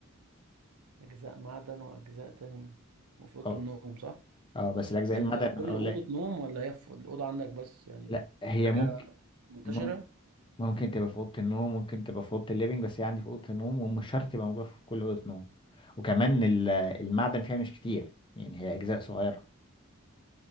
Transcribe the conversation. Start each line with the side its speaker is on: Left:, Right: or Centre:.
Right: أجزاء معدن وأجزاء تانية وفي أوضة
Left: أه
Right: النوم صح؟
Left: أه بس الأجزاء
Right: يعني
Left: المعدن
Right: بتبقى في كل
Left: أو
Right: أوضة
Left: لا
Right: نوم ولا هي في الأوضة عندك بس يعني
Left: لا هي
Right: حاجة
Left: ممكن
Right: منتشرة؟
Left: مم- ممكن تبقى في أوضة النوم ممكن تبقى في أوضة الليفينج بس هي عندي في أوضة النوم ومش شرط تبقى موجودة في كل أوضة نوم وكمان ال- المعدن فيها مش كتير يعني هي أجزاء صغيرة